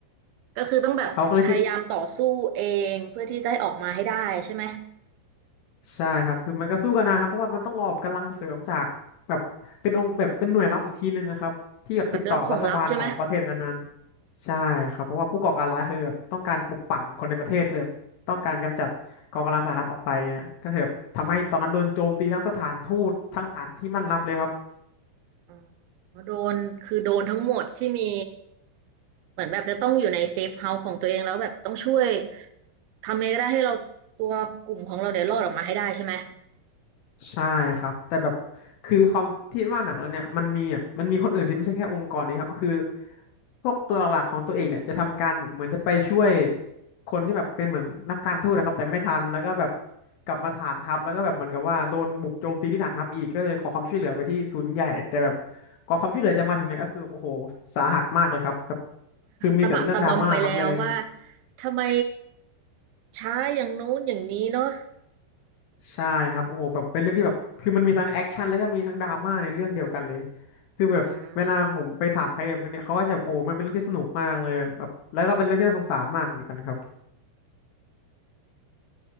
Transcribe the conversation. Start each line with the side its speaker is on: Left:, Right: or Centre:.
Right: ก็คือต้องแบบพยายามต่อสู้เองเพื่อที่จะให้ออกมาให้ได้ใช่ไหม
Left: เขาก็เลยติด ใช่ครับคือมันก็สู้กันนะครับเพราะว่ามันต้องรอกำลังเสริมจากแบบเป็นองค์แบบเป็นหน่วยลับอีกทีนึงนะครับที่แบบติดต่อกับรัฐบาลของประเทศนั้นๆใช่ครับเพราะว่าผู้ก่อการร้ายคือแบบต้องการปลุกปั่นคนในประเทศเลยแบบต้องการกำจัดกองกำลังสหรัฐออกไปเนี่ยก็คือแบบทำให้ตอนนั้นโดนโจมตีทั้งสถานทูตทั้งฐานที่มั่นรับเลยครับ
Right: แบบรับของลับใช่ไหมอ๋อโดนคือโดนทั้งหมดที่มีเหมือนแบบจะต้องอยู่ในเซฟเฮาส์ของตัวเองแล้วแบบต้องช่วยทำยังไงก็ได้ให้เราตัวกลุ่มของเราเนี่ยรอดออกมาให้ได้ใช่ไหม
Left: ใช่ครับแต่แบบคือความที่ว่าหนังเรื่องเนี้ยมันมีแบบมันมีคนอื่นที่ไม่ใช่แค่องค์กรนี้ครับคือพวกตัวหลักของตัวเองเนี่ยจะทำการแบบเหมือนจะไปช่วยคนที่แบบเป็นเหมือนนักการทูตนะครับแต่ไม่ทันแล้วก็แบบกลับมาฐานทัพแล้วก็แบบเหมือนกับว่าโดนบุกโจมตีที่ฐานทัพอีกก็เลยขอความช่วยเหลือไปที่ศูนย์ใหญ่แต่แบบกว่าความช่วยเหลือจะมาถึงเนี่ยก็คือโอ้โหสาหัสมากเลยครับแบบคือมีแต่เรื่องดราม่าครับเลย
Right: สะบักสะบอมไปแล้วว่าทำไมช้าอย่างโน้นอย่างนี้เนาะ
Left: ใช่ครับโอ้โหแบบเป็นเรื่องที่แบบคือมันมีทั้งแอคชั่นแล้วก็มีทั้งดราม่าในเรื่องเดียวกันเลยคือแบบเวลาผมไปถามใครแบบเรื่องเนี้ยเขาก็จะโอ้มันเป็นเรื่องที่สนุกมากเลยแบบแล้วก็เป็นเรื่องที่น่าสงสารมากเหมือนกันครับ
Right: อืม